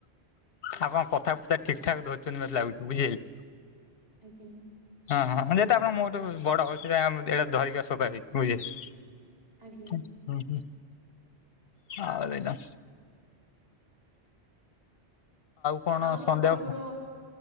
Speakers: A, on the left; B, on the right.
A: <inaudible> ଆପଣ କଥାବୃତା ଠିକ୍ ଠାକ୍ ଧରିଛନ୍ତି ମତେ ଲାଗୁଛି ବୁଝିଲେ।
B: ଆଜ୍ଞା
A: ହଁ ହଁଁ ଜେହେତୁ ଆପଣ ମୋ ଠୁ ବଡ ସେଟା ଏଇଟା ଧରିବା ସୋଭାବିକ୍ ବୁଝିଲେ।
B: ଆଜ୍ଞା
A: ହୁଁ ହୁଁ <inaudible> ହଦିନ କଣ
B: ଆଉ
A: ସନ୍ଧ୍ୟା
B: ଆପଣଙ୍କର